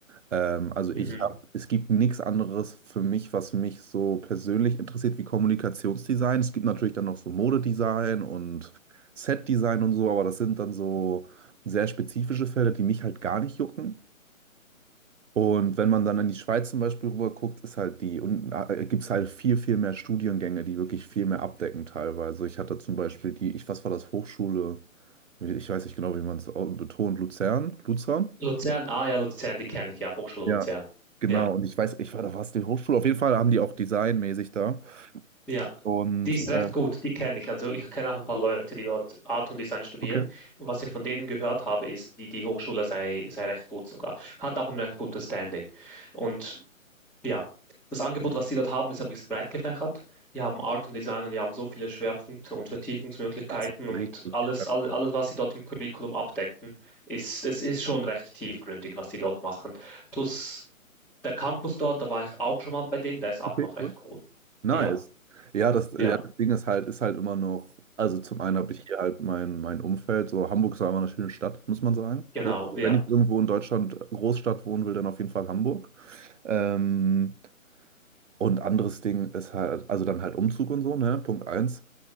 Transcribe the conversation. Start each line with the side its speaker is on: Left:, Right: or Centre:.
Right: Ähm, also
Centre: Mhm.
Right: ich hab, es gibt nichts anderes für mich, was mich so persönlich interessiert wie Kommunikationsdesign. Es gibt natürlich dann noch so Modedesign und Setdesign und so, aber das sind dann so sehr spezifische Felder, die mich halt gar nicht jucken. Und wenn man dann in die Schweiz zum Beispiel rüber guckt, ist halt die, und äh, gibt es halt viel, viel mehr Studiengänge, die wirklich viel mehr abdecken teilweise. Ich hatte zum Beispiel die, ich, was war das, Hochschule, ich weiß nicht genau, wie man es betont, Luzern, Luzern.
Centre: Luzern, ah ja, Luzern, die kenne ich ja, Hochschule
Right: Ja,
Centre: Luzern.
Right: genau.
Centre: Ja,
Right: Und ich weiß, ich war da, war es die Hochschule? Auf jeden Fall haben die auch designmäßig da.
Centre: ja.
Right: Und
Centre: Die ist recht
Right: äh,
Centre: gut, die kenne ich. Also ich kenne auch ein paar Leute, die dort Art und Design studieren.
Right: Okay.
Centre: Und was ich von denen gehört habe, ist, die, die Hochschule sei, sei recht gut sogar. Hat auch ein recht gutes Standing. Und ja, das Angebot, was sie dort haben, ist ein bisschen breit gefächert. Die haben Art und Design und die haben so viele Schwerpunkte und Vertiefungsmöglichkeiten
Right: das ist
Centre: und
Right: richtig
Centre: alles,
Right: krass.
Centre: alles, alles, was sie dort im Curriculum abdecken, ist, es ist schon recht tiefgründig, was die dort machen. Plus der Campus dort, da war ich auch schon mal bei denen, der ist auch
Right: Okay,
Centre: noch recht
Right: cool.
Centre: cool.
Right: Nice.
Centre: Ja,
Right: Ja, das, ja,
Centre: ja,
Right: das Ding ist halt, ist halt immer noch, also zum einen habe ich hier halt mein, mein Umfeld, so Hamburg ist einfach eine schöne Stadt, muss man sagen.
Centre: genau,
Right: So, also
Centre: ja.
Right: wenn ich irgendwo in Deutschland Großstadt wohnen will, dann auf jeden Fall Hamburg. Ähm, und anderes Ding ist halt, also dann halt Umzug und so, ne? Punkt eins.